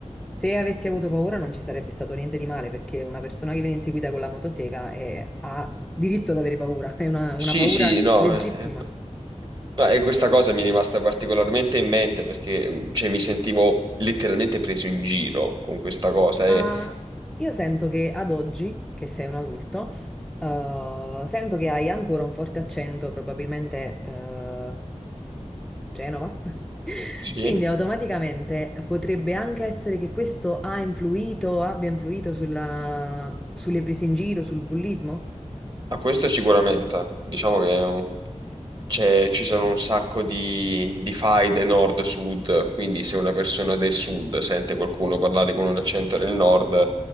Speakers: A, in the centre; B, on the right.
A: Se avessi avuto paura non ci sarebbe stato niente di male, perché una persona che viene inseguita con la motosega è- ha diritto ad avere paura, <laughs> è una, una
B: Sì,
A: paura
B: sì, no.
A: legittima.
B: eh, ma- e questa cosa mi è rimasta particolarmente in mente perché mh, cioè, mi sentivo letteralmente preso in giro con questa cosa.
A: Ma
B: E,
A: io sento che ad oggi, che sei un adulto, eh, sento che hai ancora un forte accento, probabilmente eh, Genova. <laughs>
B: sì,
A: Quindi automaticamente potrebbe anche essere che questo ha influito, abbia influito sulla- sulle prese in giro, sul bullismo?
B: a questo sicuramente. Diciamo che è un- C'è- ci sono un sacco di, di faide nord-sud, quindi se una persona del sud sente qualcuno parlare con un accento del nord,